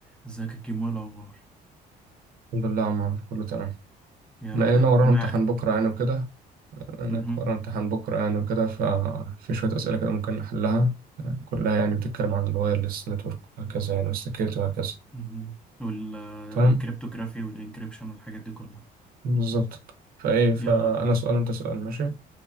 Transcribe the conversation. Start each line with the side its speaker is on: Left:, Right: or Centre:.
Centre: ازيك يا كيمو إيه الاخبار
Right: الحمد لله يا عم عمرو، كله تمام
Centre: يا
Right: لأن
Centre: رب دايما
Right: أنا ورانا
Centre: كنا
Right: امتحان
Centre: قاعد
Right: بكرة يعني وكده أنا
Centre: مهم.
Right: ورانا امتحان بكرة يعني وكده ففي شوية أسئلة كده ممكن نحلها آه، كلها يعني بتتكلم عن الوايرلس نتورك وهكذا يعني والسكيورتي وهكذا
Centre: مهم. وال
Right: تمام
Centre: والكريبتوغرافي والانكريبشن والحاجات دي كلها
Right: بالظبط فإيه فأنا
Centre: يلا بينا
Right: سؤال وأنت سؤال ماشي